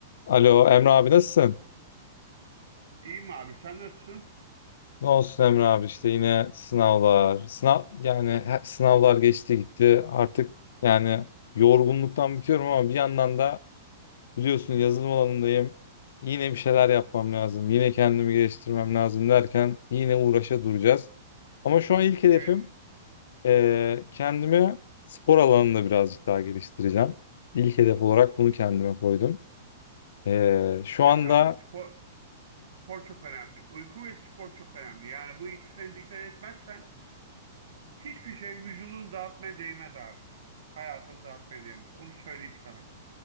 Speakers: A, on the left; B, on the right.
A: Alo Emre abi nasılsın?
B: İyiyim abi sen nasılsın?
A: Ne olsun Emre abi işte yine sınavlar. Sınav yani he- sınavlar geçti gitti. Artık yani yorgunluktan bitiyorum ama bir yandan da biliyorsun yazılım alanındayım. Yine bir şeyler yapmam lazım. Yine kendimi geliştirmem lazım derken yine uğraşa duracağız. Ama şu an ilk hedefim
B: Evet.
A: eee, kendimi spor alanında birazcık daha geliştireceğim. İlk hedef olarak bunu
B: Hı
A: kendime
B: hı.
A: koydum. Eee, şu
B: Evet
A: anda
B: abi spor, spor çok önemli. Uyku ve spor çok önemli. Yani bu ikisine dikkat etmezsen hiçbir şey vücudunu dağıtmaya değmez abi. Hayatını dağıtmaya değmez. Onu söyleyeyim sana.